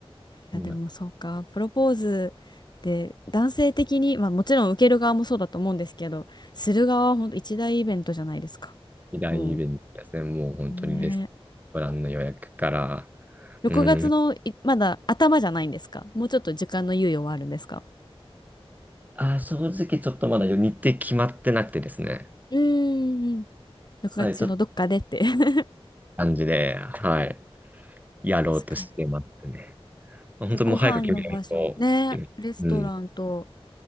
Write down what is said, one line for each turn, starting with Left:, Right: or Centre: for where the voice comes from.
Left: やでもそうかプロポーズで男性的に、
Right: うん
Left: まあ、もちろん受ける側もそうだと思うんですけどする側は本当一大イベントじゃないですか
Right: 二大イベントですね。
Left: もう
Right: もう本当にレストランの予約から、
Left: ねえ6月のいまだ頭じゃないんですかもうちょっと時間の猶予はあるんですか
Right: うん。あー、正直ちょっとまだ日程決まってなくてですね。
Left: うーん。6月中のどっかでって
Right: はい、ちょっと
Left: <laughs>
Right: 感じで、はい、やろうとしてますね。
Left: 確かに
Right: 本当もう早く決めないといけない。
Left: じゃあご飯の場所ねレストランと
Right: うん。